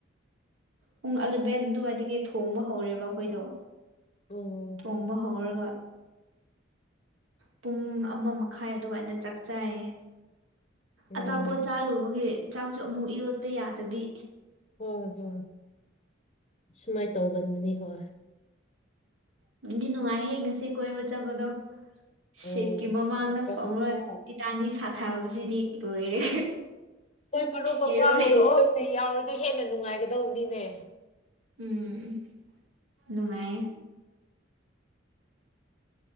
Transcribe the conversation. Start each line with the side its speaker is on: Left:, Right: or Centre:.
Right: ꯄꯨꯡ ꯑꯂꯚꯦꯟ ꯑꯗꯨꯋꯥꯏꯗꯒꯤ ꯊꯣꯡꯕ ꯍꯧꯔꯦꯕ ꯑꯈꯣꯏꯗꯣ꯫
Left: ꯎꯝ꯫
Right: ꯊꯣꯡꯕ ꯍꯧꯔꯒ꯫ ꯄꯨꯡ ꯑꯃ ꯃꯈꯥꯏ ꯑꯗꯨꯋꯥꯏꯗ ꯆꯥꯛ ꯆꯥꯏꯌꯦ꯫
Left: ꯑꯣ
Right: ꯑꯆꯥꯄꯣꯠ ꯆꯥꯔꯨꯕꯒꯤ ꯆꯥꯛꯁꯨ ꯑꯃꯨꯛ ꯌꯣꯠꯄ ꯌꯥꯗꯕꯤ꯫
Left: ꯎꯝ ꯎꯝ꯫ ꯁꯨꯃꯥꯏꯅ ꯇꯧꯒꯟꯕꯅꯤ ꯍꯣꯏ꯫
Right: ꯅꯨꯡꯗꯤ ꯅꯨꯡꯉꯥꯏꯍꯦ ꯉꯁꯤ ꯀꯣꯏꯕ ꯆꯠꯄꯗꯣ꯫
Left: ꯑꯣ
Right: ꯁꯤꯞꯀꯤ ꯃꯃꯥꯡꯗ
Left: ꯅꯨꯡꯉꯥꯏꯔꯕꯅꯤꯅ
Right: ꯐꯥꯝꯃ ꯇꯤꯇꯥꯅꯤꯛ ꯁꯥꯊꯕꯁꯤꯗꯤ ꯂꯣꯏꯔꯦ
Left: ꯈꯣꯏ ꯃꯔꯨꯞ ꯃꯄꯥꯡ
Right: ꯍꯦꯔꯣꯅꯦ
Left: ꯂꯣꯏꯅ ꯌꯥꯎꯔꯗꯤ ꯍꯦꯟꯅ ꯅꯨꯡꯉꯥꯏꯒꯗꯧꯕꯅꯤꯅꯦ
Right: ꯎꯝ ꯎꯝ ꯅꯨꯡꯉꯥꯏꯌꯦ